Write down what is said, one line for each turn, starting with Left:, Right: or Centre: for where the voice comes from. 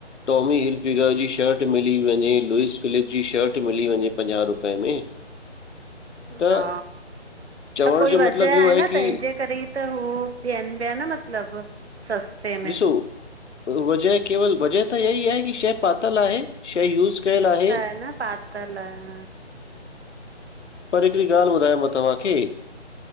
Left: टॉमी हिलफिगर जी शर्ट मिली वंञे, लूइस फिलिप जी शर्ट मिली वंञे पंजाहु रुपए में त
Right: हा
Left: चवण
Right: त कोई
Left: जो
Right: वजह
Left: मतिलबु इहो
Right: आहे न
Left: की
Right: तंहिंजे करे त हू ॾियनि ॿिया न मतिलबु सस्ते में।
Left: ॾिसो वजह केवल, वजह त इ ई आहे कि शै पातल आहे, शै यूज़ कयल आहे।
Right: प <unintelligible> तला <inaudible>
Left: पर हिकिड़ी ॻाल्हि ॿुधायां मां तव्हांखे